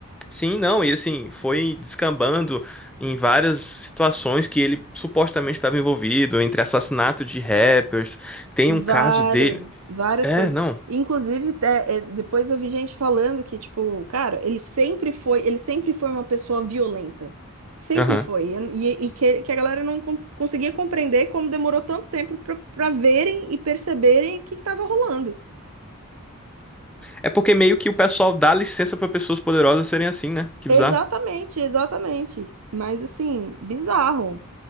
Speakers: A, in the centre; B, on the right.
A: Sim, não, e assim, foi descambando em várias situações que ele supostamente estava envolvido, entre assassinato de rappers, tem
B: Várias,
A: um caso dele.
B: várias
A: É,
B: coisas.
A: não.
B: Inclusive, até, é, depois eu vi gente falando que, tipo, cara, ele sempre foi, ele sempre foi uma pessoa violenta. Sempre
A: Aham.
B: foi. E, eu- e- e que, que a galera não con- conseguia compreender como demorou tanto tempo pra pra verem e perceberem o que estava rolando.
A: É porque meio que o pessoal dá licença pra pessoas poderosas serem assim, né? Que
B: Exatamente,
A: bizarro.
B: exatamente. Mas assim, bizarro.